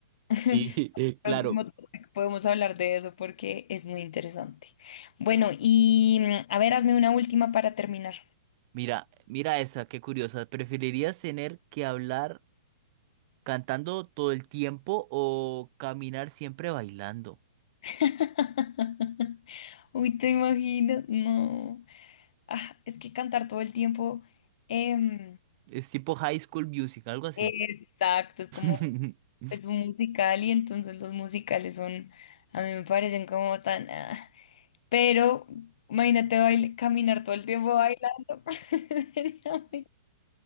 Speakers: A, on the left; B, on the right.
A: <laughs>
B: Sí, <laughs> claro.
A: Próximo topic, podemos hablar de eso porque es muy interesante. Bueno, y mm, a ver, hazme una última para terminar.
B: Mira, mira esa, qué curiosa. ¿Preferirías tener que hablar cantando todo el tiempo o caminar siempre bailando.
A: <laughs> Uy, ¿te imaginas? No. Ah, es que cantar todo el tiempo. em,
B: Es tipo High School Music, algo así.
A: exacto, es como
B: <laughs>
A: es un musical y entonces los musicales son, a mí me parecen como tan... ah. Pero imagínate bail- caminar todo el tiempo bailando. <laughs>